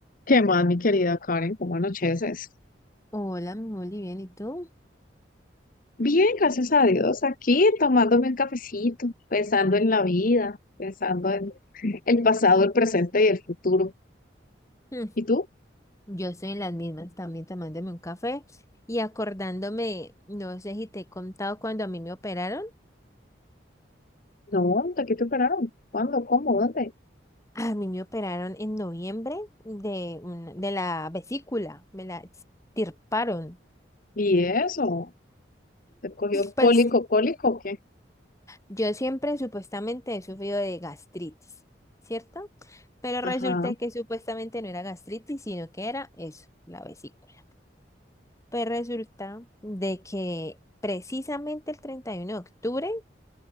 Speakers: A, on the left; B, on the left.
A: ¿Qué más, mi querida Karen? ¿Cómo anocheces?
B: Hola, mi Moli, bien, ¿y tú?
A: Bien, gracias a Dios,
B: Mm.
A: aquí tomándome un cafecito, pensando en la vida, pensando en el pasado, el presente y el futuro.
B: Mm,
A: ¿Y tú?
B: Yo estoy en las mismas, también tomándome un café y acordándome, no sé si te he contado cuando a mí me operaron.
A: No, ¿de qué te operaron? ¿Cuándo? ¿Cómo? ¿Dónde?
B: A mí me operaron en noviembre de, una- de la vesícula, me la extirparon.
A: ¿Y eso? ¿Te cogió cólico,
B: Pues
A: cólico o qué?
B: yo siempre supuestamente he sufrido de gastritis, ¿cierto? Pero resulta
A: Ajá.
B: que supuestamente no era gastritis, sino que era eso, la vesícula. Pues resulta de que precisamente el 31 de octubre,